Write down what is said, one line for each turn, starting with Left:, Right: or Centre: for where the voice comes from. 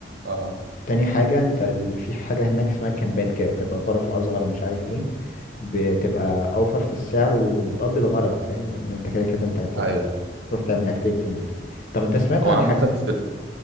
Right: آه،
Left: تاني حاجة انت ال- في حاجة هناك اسمها كامبات كده تبقى غرف اصغر ومش عارف ايه بتبقى اوفر في السعر وبتقضي الغرض فاهم لان انت كده كده انت هتبقى
Right: ايوه
Left: تروح تعمل اكتيفيتي هناك طب انت سمعت
Right: هو
Left: عن
Right: عامة
Left: حاجة
Right: في ال...